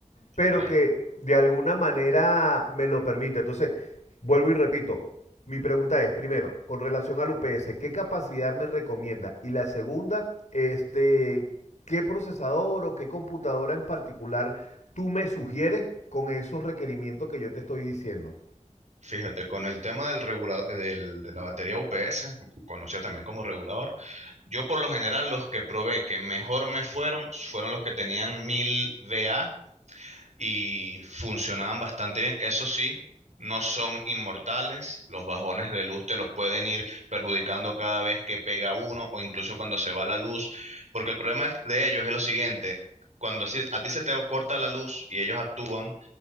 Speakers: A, on the left (about 75°); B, on the right (about 70°).
A: pero
B: claro.
A: que de alguna manera me lo permite. Entonces, vuelvo y repito, mi pregunta es, primero, con relación al UPS, ¿qué capacidad me recomienda? Y la segunda, este, ¿qué procesador o qué computadora en particular tú me sugieres con esos requerimientos que yo te estoy diciendo?
B: Fíjate, con el tema del regula- del- de la batería UPS, conocida también como regulador, Yo por lo general los que probé que mejor me fueron fueron los que tenían 1000 VA y funcionaban bastante bien. Eso sí, no son inmortales. Los bajones de luz te los pueden ir perjudicando cada vez que pega uno o incluso cuando se va la luz. Porque el problema de ellos es lo siguiente. Cuando si- a ti se te corta la luz y ellos actúan